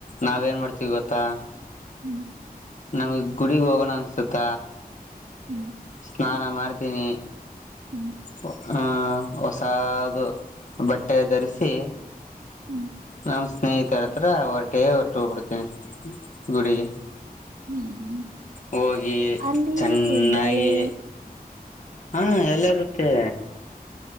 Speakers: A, on the left; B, on the right.
A: ನಾವ್ ಏನ್ ಮಾಡ್ತೀವಿ ಗೊತ್ತಾ
B: ಹ್ಮ್
A: ನಮಗ್ ಗುಡಗ್ ಹೋಗೋಣ ಅನ್ಸತ್ತ
B: ಹ್ಮ್
A: ಸ್ನಾನ ಮಾಡ್ತೀನಿ
B: ಹ್ಮ್
A: ಹೊ ಹಾ ಹೊಸಾದ ಬಟ್ಟೆ ಧರಿಸಿ
B: ಹ್ಮ್
A: ನಮ್ಮ್ ಸ್ನೇಹಿತರ ಹತ್ರ ಹೊರಟೇ ಹೋದ್ ಹಟ್ಟ ಹೋಗ್ಬಿಡ್ತೇನಿ ಗುಡಿಗೆ
B: ಹ್ಮ್ ಹ್ಮ
A: ಹೋಗಿ
B: ಅಲ್ಲಿ
A: ಚೆನ್ನಾಗಿ
B: ಬಳೆ
A: ಹಾ ಎಲ್ಲ ಇರುತ್ತೆ